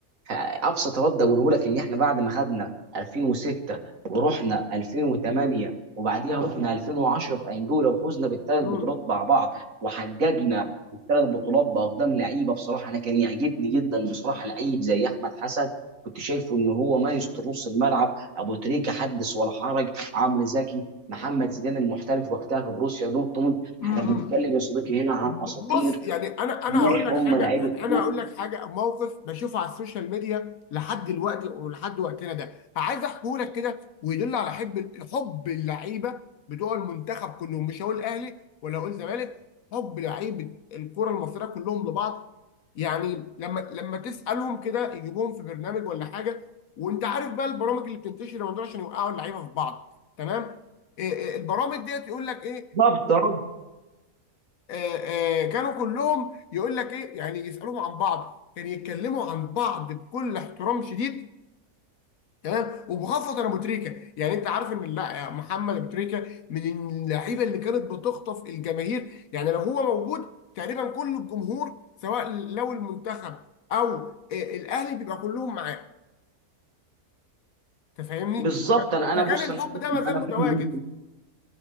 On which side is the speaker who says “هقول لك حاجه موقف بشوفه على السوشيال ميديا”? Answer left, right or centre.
Left